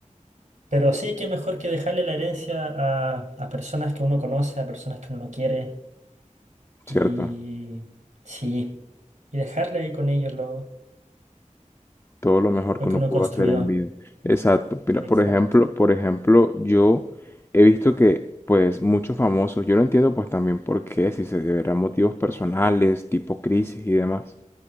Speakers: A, on the right; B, on the left.
A: Pero sí que mejor que dejarle la herencia a, a personas que uno conoce, a personas que uno quiere.
B: Cierto,
A: Y sí, y dejarle ahí con ellos lo,
B: todo lo mejor
A: lo
B: que uno
A: que uno
B: pudo
A: construyó.
B: hacer en vida. Exacto. Mira,
A: Exacto.
B: por ejemplo, por ejemplo, yo he visto que pues muchos famosos, yo no entiendo pues también por qué, si se deberán motivos personales, tipo crisis y demás,